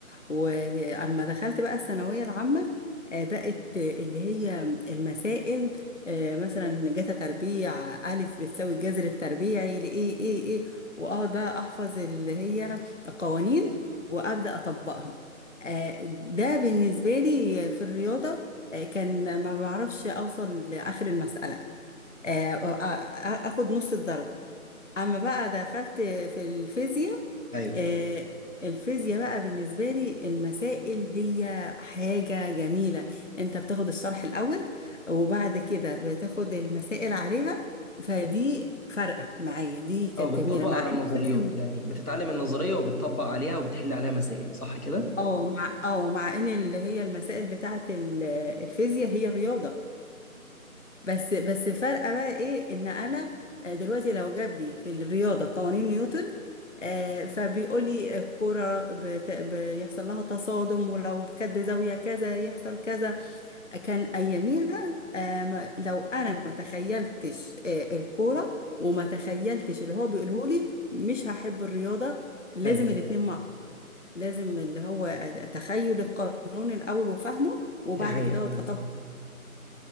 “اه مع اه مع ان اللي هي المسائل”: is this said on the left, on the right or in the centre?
Left